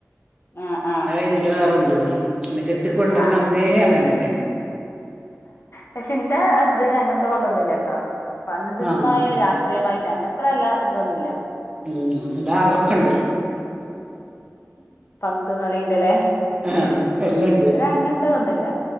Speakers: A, on the left (about 50°); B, on the right (about 20°).
A: ആഹ് ആഹ്
B: അത് കഴിഞ്ഞിട്ട് വറെന്തള്ളൂ ഉ ഇന്ന് കെട്ടിക്കൊണ്ടിര
A: ആഹ്
B: അന്നേ അങ്ങനെയല്ലെ
A: പക്ഷെ എന്റെ ഹസ്ബൻഡന് അങ്ങനത്തെ ബതംൊന്നുമല്ലാട്ടോ പന്ത്തിന്മായ
B: വാങ്ങും
A: രാ്ട്രീയമായി അങ്ങനത്തെ അല്ല ഇതൊന്നില്ല
B: മ് ഇതാ അതൊക്കിണ്ട്
A: പന്ത കളീണ്ടല്ലേ
B: ആഹ് എല്ലണ്ട്
A: ഇവിടെ അങ്ങനത്തെതൊന്നുല്ല